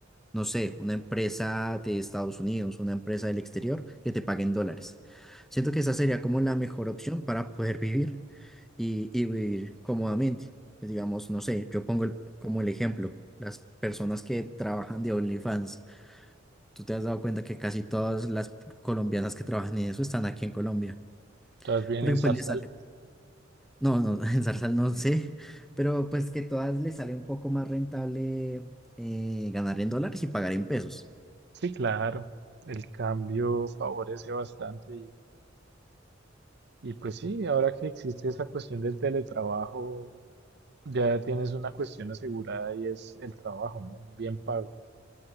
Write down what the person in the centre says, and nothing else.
no sé, una empresa de Estados Unidos, una empresa del exterior, que te paguen dólares. Siento que esa sería como la mejor opción para poder vivir y, y vivir cómodamente. Pues digamos, no sé, yo pongo el- como el ejemplo, las personas que trabajan de OnlyFans. Tú te has dado cuenta que casi todas las colombianas que trabajan en eso están aquí en Colombia,
porque
pues les no, no, <laughs> en Zarzal no sé, pero pues que todas les sale un poco más rentable eh, ganar en dólares y pagar en pesos.